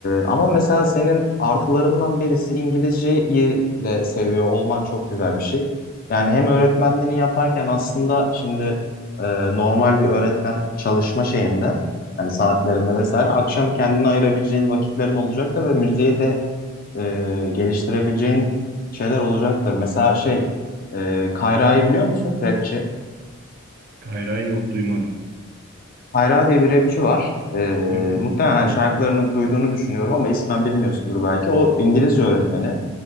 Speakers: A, on the left; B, on the right.
A: ama mesela senin artılarından birisi İngilizceyi de seviyor olman çok güzel bir şey. Yani hem öğretmenliğini yaparken aslında şimdi e, normal bir öğretmen çalışma şeyinde hani saatlerinde vesaire akşam kendine ayırabileceğin vakitlerin olacaktır ve müziği de e, geliştirebileceğin şeyler olacaktır. Mesela şey e, Kayra'yı biliyor musun? Rapçi.
B: Gayrı yok duymadım.
A: Kayra diye bir rapçi var. Ee,
B: Hı hı.
A: muhtemelen hani şarkılarını duyduğunu düşünüyorum ama ismen bilmiyorsundur belki. O İngilizce öğretmeni.